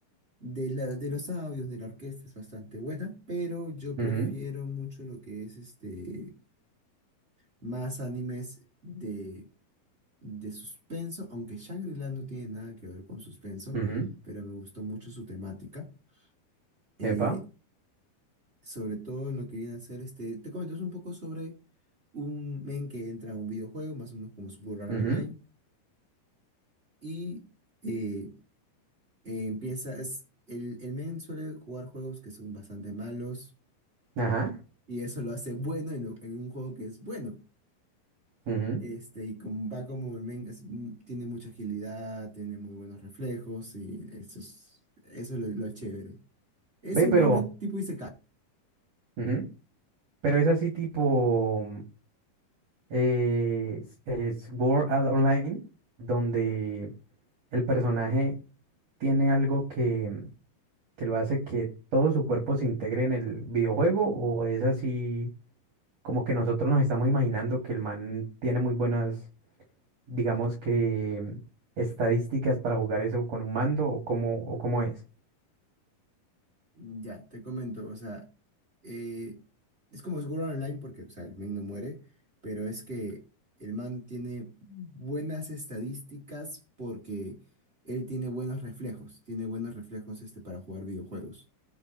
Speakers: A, on the right; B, on the right.
A: de, la- de los audios, de la orquesta es bastante buena, pero yo
B: ujú,
A: prefiero mucho lo que es este, más animes de, de suspenso, aunque Shangri-La no tiene nada que ver con suspenso,
B: ujú,
A: pero me gustó mucho su temática. eh,
B: Epa.
A: sobre todo en lo que viene a ser este, te comentas un poco sobre un men que entra a un videojuego, más o menos como Sword Art
B: ujú,
A: Online Y eh, eh, empieza, es, el, el men suele jugar juegos que son bastante malos
B: Ajá.
A: y eso lo hace bueno en, lo- en un juego que es bueno.
B: ujú.
A: Este, y como va como el men es mu- tiene mucha agilidad, tiene muy buenos reflejos y eso es, eso es lo, lo chévere. Es
B: Ve,
A: un
B: pero...
A: juego más tipo isekai.
B: ujú, Pero es así tipo. eh, es, es Sword Art Online, donde el personaje tiene algo que, que lo hace que todo su cuerpo se integre en el videojuego, o es así como que nosotros nos estamos imaginando que el man tiene muy buenas, digamos que estadísticas para jugar eso con un mando, o cómo, o cómo es.
A: Mm, Ya, te comento, o sea, eh, es como seguro online porque, o sea, el man no muere, pero es que el man tiene buenas estadísticas porque él tiene buenos reflejos, tiene buenos reflejos este, para jugar videojuegos,